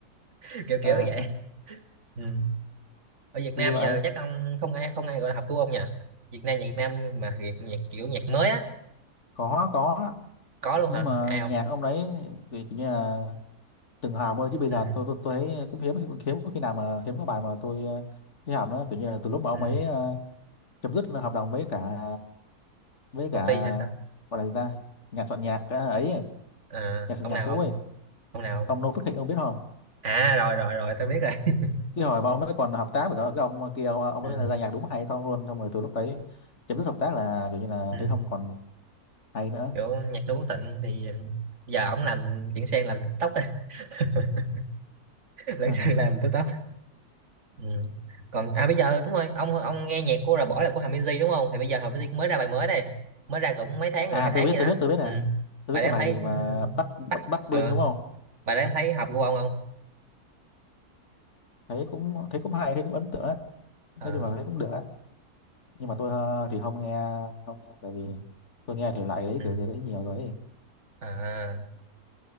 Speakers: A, on the right; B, on the left.
A: <laughs> kiểu
B: ờ,
A: kiểu vậy
B: <laughs>
A: ừ. ở Việt
B: vui
A: Nam
B: vui
A: bây
B: vậy
A: giờ chắc ông không ai không ai gọi là học của ông nhỉ Việt Nam nhạc Việt Nam mà Việt nhạc kiểu nhạc mới á
B: có có
A: có luôn
B: nhưng
A: hả
B: mà
A: ai không
B: nhạc ông đấy thì kiểu như là từng hòm thôi chứ bây
A: ừ.
B: giờ tôi tôi, tôi thấy cũng hiếm hiếm có khi nào mà hiếm có bài mà tôi ờ, thấy hòm đó kiểu như là từ lúc mà ông
A: Ừ.
B: ấy ờ, chấm dứt hợp đồng với cả với
A: công
B: cả
A: ty hay sao
B: gọi là gì ta nhà soạn nhạc à, ấy, ấy
A: à,
B: nhà soạn
A: ông
B: nhạc
A: nào
B: cũ
A: không
B: ấy
A: ông nào
B: ông Noo Phước Thịnh ông biết không
A: à rồi rồi rồi tôi biết rồi <laughs>
B: cái hồi mà ông mới còn hợp tác với cả cái ông kia ông ông
A: ừ,
B: ấy ra nhạc đúng hay không luôn xong rồi từ lúc đấy chấm dứt hợp tác là kiểu như là
A: ừ.
B: thấy không còn hay nữa
A: kiểu nhạc Noo Quốc Tịnh thì giờ ổng làm chuyển sang làm TikTok rồi <laughs> lấn
B: <laughs>
A: sang làm TikTok ừ. còn à bây giờ đúng rồi ông ông nghe nhạc của Rà Bỏ là của Hà Minzy đúng không thì bây giờ Hà Minzy cũng mới ra bài mới đây mới ra cũng mấy tháng
B: à
A: rồi hai tháng
B: tôi biết
A: vậy
B: tôi
A: đó
B: biết tôi biết à
A: ừ.
B: tôi
A: bài
B: biết cái
A: đó em
B: bài
A: thấy
B: gì mà
A: ừ,
B: Bắc Bắc,
A: bắt
B: Bắc Bling
A: ờ
B: đúng không
A: bài đó em thấy hợp của ông không
B: thấy cũng thấy cũng hay thấy cũng ấn tượng á nói
A: ờ
B: chung là thấy cũng được á nhưng mà tôi ờ, thì không nghe không nghe tại vì tôi nghe thể loại đấy
A: ừ.
B: kiểu gì đấy nhiều rồi ấy.
A: à